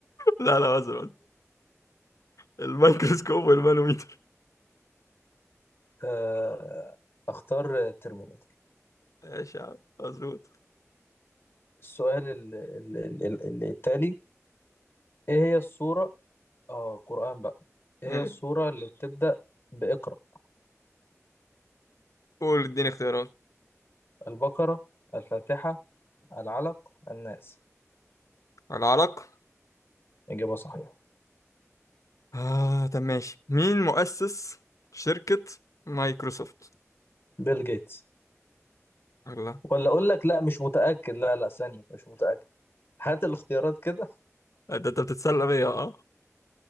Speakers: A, on the left; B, on the left.
A: لا لا أزرق الميكروسكوب والمانوميتر
B: آه، اختار ترمومتر
A: ماشي يا عم مظبوط
B: السؤال ال- ال- ال- ال- التالي ايه هي الصورة اه قرآن بقى ايه
A: ماشي
B: هي السورة اللي بتبدأ بإقرأ
A: قول اديني اختيارات
B: البقرة الفاتحة العلق الناس
A: العرق
B: إجابة صحيحة
A: آه طب ماشي مين مؤسس شركة مايكروسوفت؟
B: بيل جيتس
A: الله
B: ولا أقول لك لا مش متأكد لا لا ثانية مش متأكد هات الاختيارات كده
A: ده انت بتتسلى بيا اه